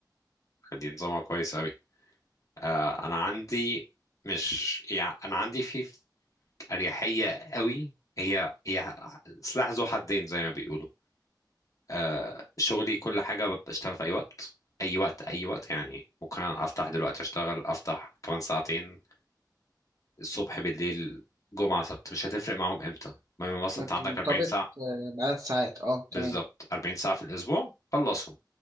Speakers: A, on the left; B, on the right.
A: دي نظامها كويس اوي آه، انا عندي مش يعني انا عندي في اريحيه قوي هي هي سلاح ذو حدين زي ما بيقولوا آه، شغلي كل حاجه بشتغل في اي وقت اي وقت اي وقت يعني ممكن افتح دلوقتي اشتغل افتح كمان ساعتين الصبح بالليل جمعه سبت مش هتفرق معاهم امتى المهم مثلا
B: وانت
A: انت عندك
B: مرتبط
A: 40 ساعه
B: آه، بعدد ساعات اه
A: بالظبط
B: تمام
A: 40 ساعه في الاسبوع خلصهم